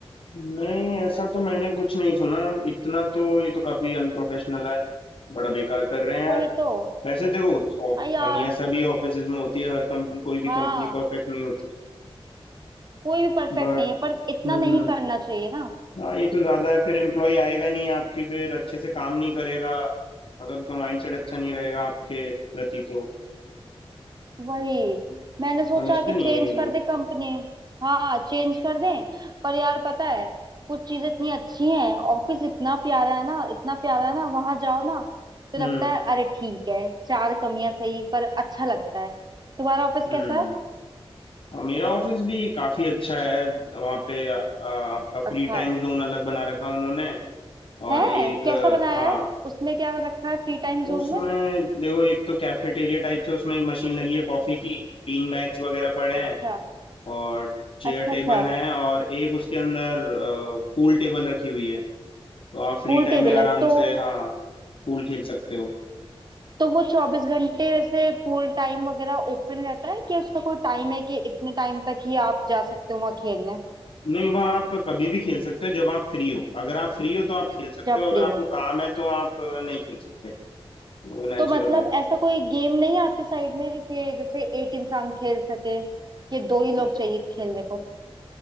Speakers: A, on the left (about 60°); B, on the right (about 45°).
A: नहीं ऐसा तो मैंने कुछ नहीं सुना इतना तो ये तो काफी अनप्रोफेशनल है बड़ा बेकार कर रहे हैं यार
B: वही तो
A: वैसे देखो
B: आ यार
A: कमियां सभी ऑफिसेज में होती है हर कंपनी कोई भी
B: हाँ
A: कंपनी परफेक्ट नहीं होती
B: कोई भी परफेक्ट
A: बट
B: नहीं है पर इतना
A: हम्म
B: नहीं करना चाहिए ना
A: हाँ ये तो ज्यादा है फिर एम्प्लॉय आएगा नहीं आपकी फिर अच्छे से काम नहीं करेगा अगर उसका माइंडसेट अच्छा नहीं रहेगा आपके प्रति तो
B: वही मैंने सोचा
A: समझते
B: कि
A: नहीं
B: चेंज
A: है ये लोग
B: कर दे कंपनी हाँ चेंज कर दें पर यार पता है कुछ चीजें इतनी अच्छी हैं ऑफिस इतना प्यारा है ना इतना प्यारा है ना वहां जाओ ना तो
A: हम्म
B: लगता है अरे ठीक है चार कमियां सही पर अच्छा लगता है तुम्हारा ऑफिस
A: हम्म
B: कैसा है
A: हाँ, मेरा ऑफिस भी काफी अच्छा है वहाँ पे अ, आपका फ्री
B: अच्छा
A: टाइम जोन अलग बना रखा उन्होंने और
B: है
A: एक
B: कैसा
A: अ,
B: बनाया
A: हाँ
B: है उसमें क्या रखा है फ्री टाइम जोन
A: उसमें
B: में
A: देखो एक तो कैफेटेरिया टाइप से उसमें एक मशीन लगी है कॉफी की बीन बैग्स वगैरह पड़े
B: अच्छा
A: हैं और चेयर
B: अच्छा
A: टेबल
B: अच्छा
A: हैं और एक उसके अंदर पूल टेबल रखी हुई है तो आप फ्री
B: पूल
A: टाइम
B: टेबल
A: में आराम
B: है तो
A: से हाँ पूल खेल सकते हो
B: तो वो चौबीस घंटे वैसे पूल टाइम वगैरह ओपन रहता है कि उसका कोई टाइम है कि इतने टाइम तक ही आप जा सकते हो वहाँ खेलने
A: नहीं वहाँ आप कभी भी खेल सकते हो जब आप फ्री हो अगर आप फ्री हो तो आप खेल सकते
B: जब
A: हो अगर
B: फ्री
A: आपको
B: हो
A: काम है तो आप अ, नहीं खेल सकते वो नेचुरल
B: तो मतलब ऐसा कोई गेम नहीं है आपके साइड में कि जैसे एक इंसान खेल सके कि दो ही
A: है
B: लोग चाहिए खेलने को